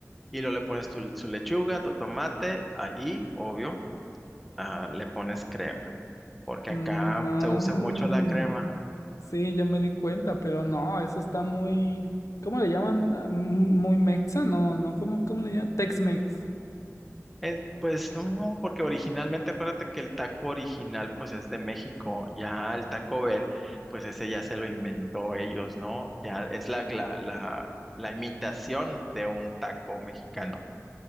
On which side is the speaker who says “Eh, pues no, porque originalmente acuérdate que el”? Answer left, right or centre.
Centre